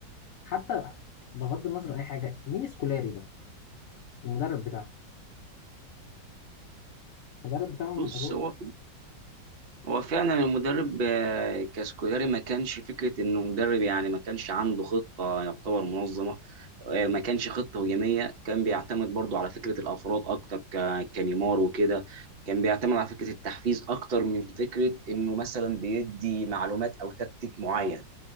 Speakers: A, on the left; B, on the right.
A: حتى بغض النظر عن اي حاجه مين سكولاري ده المدرب بتاعهم المدرب بتاعهم
B: بص
A: أظن-
B: هو هو فعلا المدرب آه، كاسكولاري ما كانش فكرة انه مدرب يعني ما كانش عنده خطة يعتبر منظمة آه، ما كانش خطة هجومية كان بيعتمد برضو على فكرة الافراد اكتر ك- كنيمار وكده كان بيعتمد على فكرة التحفيز اكتر من فكرة انه مثلا بيدي معلومات او تكتيك معين